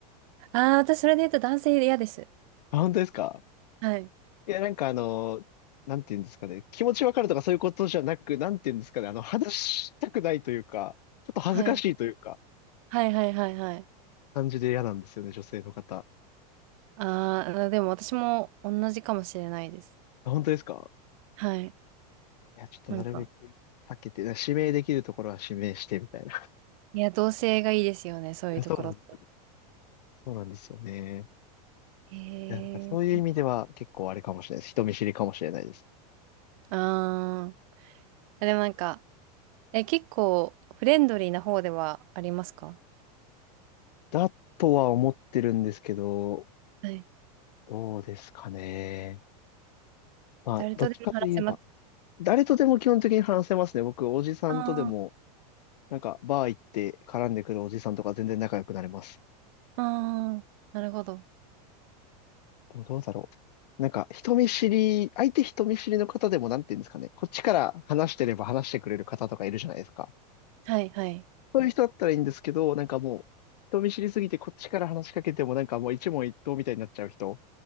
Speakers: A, on the right; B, on the left.
A: ああ、私それで言うと男性嫌です。
B: あ、本当ですか
A: はい。
B: いや、なんかあの、なんて言うんですかね。気持ちわかるとかそういうことじゃなく、なんて言うんですかね。あの、話したくないというか、ちょっと恥ずかしいというか、
A: はい。はいはいはいはい。
B: 感じで嫌なんですよね、女性の方。
A: ああ、でも私も同じかもしれないです。
B: あ、本当ですか
A: はい。
B: いや、ちょっとなるべく
A: なんか、
B: 避けて、指名できるところは指名してみたいな。<laughs> い
A: いや、同性がいいですよね、そういうところって。
B: や、そうなんですよね。そうなんですよね。
A: へえ。
B: いや、なんかそういう意味では結構あれかもしれないです。人見知りかもしれないです。
A: ああ、でもなんか、え、結構フレンドリーな方ではありますか
B: だとは思ってるんですけど、
A: はい。
B: どうですかね。まあ、
A: 誰とでも話せます。
B: どっちかといえば、誰とでも基本的に話せますね。僕、おじさんとでも、
A: あ
B: なんか、バー行って絡んでくるおじさんとか全然仲良くなれます。
A: あ、ああ、なるほど。
B: でもどうだろう。なんか、人見知り、相手人見知りの方でも、なんて言うんですかね。こっちから話してれば話してくれる方とかいるじゃないですか。
A: はいはい。
B: そういう人だったらいいんですけど、なんかもう、人見知りすぎてこっちから話しかけても、なんかもう一問一答みたいになっちゃう人